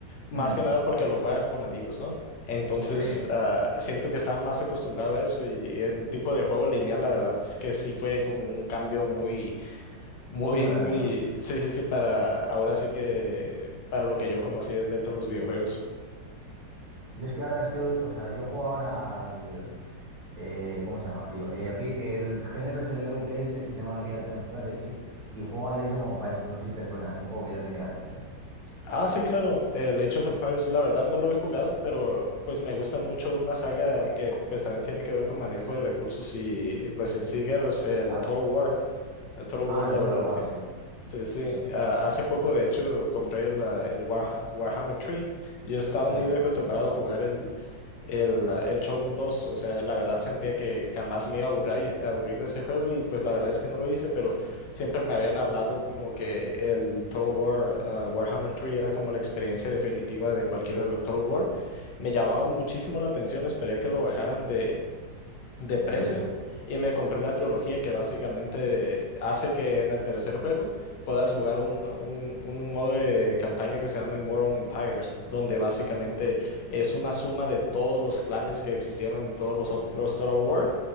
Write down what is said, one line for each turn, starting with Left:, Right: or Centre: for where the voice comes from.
Left: más
Right: mm,
Left: que nada porque lo juegas con amigos, ¿no? Entonces,
Right: sí,
Left: ah, siento que estaba más acostumbrado a eso y el tipo de juego lineal, la verdad es que sí fue como un cambio muy, muy,
Right: muy grande,
Left: muy,
Right: ¿no?
Left: sí, sí, sí, para ahora sí que para lo que yo conocí dentro de los videojuegos.
Right: Yo es que ahora estoy, o sea, yo juego ahora al, eh, ¿cómo se llama, tío? Eh, ri- el género es el RTS, que se llama Real Time Strategy, y juego al Age of Empires, no sé si te suena, es un juego que ya tiene años, ¿eh?
Left: Ah, sí, claro. eh, El Age of Empires, la verdad no lo he jugado, pero pues me gusta mucho una saga que pues también tiene que ver con manejo de recursos y pues en sí guerras, el
Right: ¿Vale?
Left: Total War. El Total
Right: Ah,
Left: War,
Right: el
Left: la
Right: Total
Left: verdad
Right: War,
Left: es que
Right: sí.
Left: sí, sí. Ah, hace poco, de hecho, compré la- el Warha- Warhammer 3. Yo estaba
Right: Sí,
Left: muy acostumbrado a jugar el, el, ah, el Shogun dos O sea, la verdad sentía que jamás me iba a aburrir, a aburrir de ese juego y pues la verdad es que no lo hice, pero siempre me habían hablado como que el Total War, ah, Warhammer 3 era como la experiencia definitiva de cualquier Total War. Me llamaba muchísimo la atención, esperé a que lo bajaran de de precio
Right: de precio.
Left: y me compré la trilogía que básicamente hace que en el tercer juego puedas jugar un, un, un modo de campaña que se llama Immortal Empires, donde básicamente es una suma de todos los clanes que existieron en todos los otros Total War